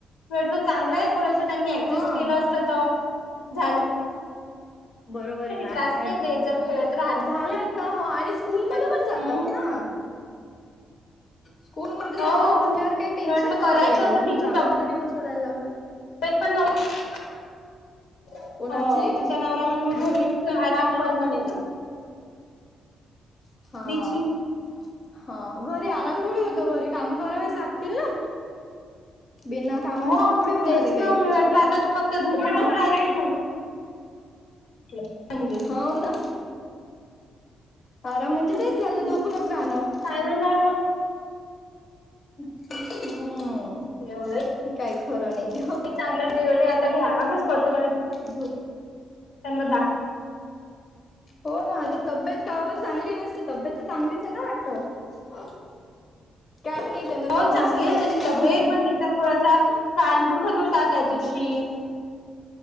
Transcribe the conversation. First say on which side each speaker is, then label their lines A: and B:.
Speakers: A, on the left; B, on the left.
A: वाटलं चांगलं आहे थोडसं त्यांनी ऍडजेस्ट
B: हं
A: केलं अस. तवा झालं.
B: बरोबर आहे ना
A: त्रास नाही
B: अ
A: देत जर खेळत राहिला
B: झालं. हा हो आणि स्कूलमध्ये
A: तर.
B: पण जातात
A: हम्म
B: ना. स्कूल मध्थे जातात
A: हो
B: म्हणल्यावर
A: मी
B: काही टेन्शन
A: वाटलं
B: नव्हतं
A: करायचं
B: एवढं
A: असं तिची
B: मग का बरं
A: तब्येत
B: तरी पण सोडायला लावला.
A: <unintelligible>
B: कोणाची?
A: नवरा म मग घरीच आराम कर म्हण येतो.
B: हा.
A: दिदीची
B: हा घरी आराम थोड होत घरी कामं करावेस लागतील ना. बिना कामाच
A: मग
B: होडी होणार
A: तेच
B: आहे काही
A: ना मी म्हटलं आता तू फक्त झोपूनच
B: अं
A: राहत नाही म्हटलं म्हणजे
B: होा ना आराम म्हणजे तेच झालं झोपून. झालं.
A: काय म्हण मग.
B: हम्.
A: एवढं
B: काही खरं नाही.
A: चांगलं आता मी आरामच करतो म्ह
B: झोप
A: त्यांना दाखव.
B: हो ना आता तब्येत काबरी चांगली नसते तब्येत तर चांगलीच आहे ना वाटत. काही नाही त्यांना जाऊन
A: हो चांगली
B: असेल
A: आहे
B: द्यायचं
A: तशी
B: म्हणून.
A: तब्येत पण तिचा कान दुखत होता त्या दिवशी